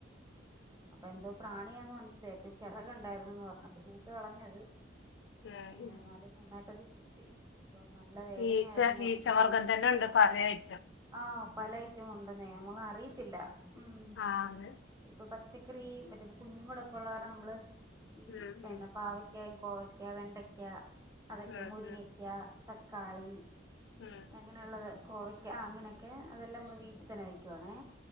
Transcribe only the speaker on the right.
അപ്പൊ എന്തോ പ്രാണിയാന്ന് മനസ്സിലായി ഇപ്പൊ ചിറകുണ്ടായിരുന്നുന്ന് പറഞ്ഞു അപ്പൊ തൂത്ത് കളഞ്ഞത്.
പിന്നെ
എന്നാലും നന്നായിട്ടത് കുത്തി. അപ്പം നല്ല വേദനയായിരുന്നുന്ന്
പറഞ്ഞു
ആഹ് പല ഐറ്റം ഉണ്ടെന്നേ നമ്മള് അറിയത്തില്ല. ഉം
ഇപ്പൊ പച്ചക്കറി മറ്റേ കുഞ്ഞു കൂടെ ഒക്കെ ഉള്ള കാരണം നമ്മള്
ഈ
പിന്നെ പാവക്ക
കോവയ്ക്ക, വെണ്ടയ്ക്ക അതൊക്കെ
മുരിങ്ങക്ക, തക്കാളി
അങ്ങനെയുള്ളത് കോവയ് ആ അങ്ങനെയൊക്കെ അതെല്ലാം നമ്മള് വീട്ടിൽ തന്നെ വെക്കുവാണേ.